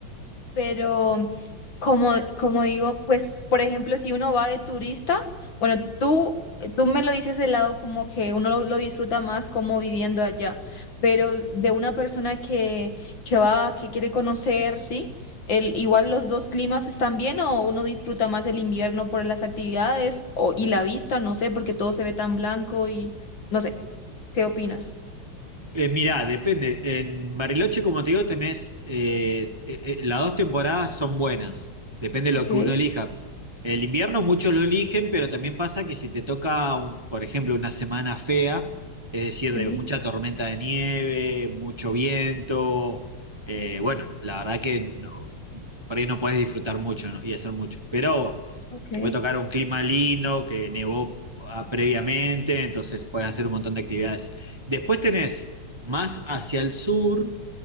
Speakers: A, on the left (about 60°); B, on the right (about 25°).
A: pero como, como digo, pues, por ejemplo, si uno va de turista, bueno, tú, tú me lo dices de lado como que uno lo, lo disfruta más como viviendo allá, pero de una persona que, que va, que quiere conocer, ¿sí? El, igual los dos climas están bien o uno disfruta más el invierno por las actividades o, y la vista, no sé, porque todo se ve tan blanco y no sé, ¿qué opinas?
B: Eh, mirá, depende. En Bariloche, como te digo, tenés, eh, eh, eh, las dos temporadas son buenas. Depende
A: Ok,
B: de lo que uno elija. El invierno muchos lo eligen, pero también pasa que si te toca, un- por ejemplo, una semana fea, es decir,
A: sí,
B: de mucha tormenta de nieve, mucho viento, eh, bueno, la verdad que no- por ahí no podés disfrutar mucho, ¿no? y hacer mucho. Pero
A: ok.
B: te puede tocar un clima lindo, que nevó ah, previamente, entonces puedes hacer un montón de actividades. Después tenés más hacia el sur,